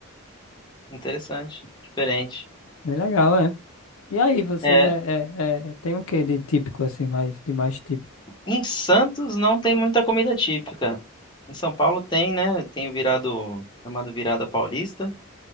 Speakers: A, on the left; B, on the left.
A: interessante, diferente.
B: Bem legal, é. E aí, vocês
A: É,
B: é, é, é- tem o que de típico, assim, mais, de mais típico?
A: em Santos não tem muita comida típica. Em São Paulo tem, né? Tem o virado, chamado virada paulista,